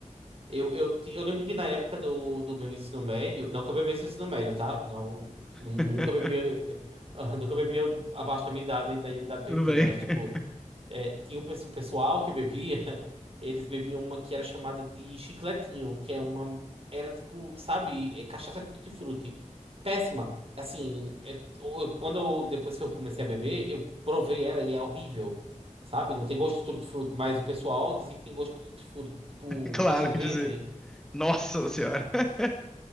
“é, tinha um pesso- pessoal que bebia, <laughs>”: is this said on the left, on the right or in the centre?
Right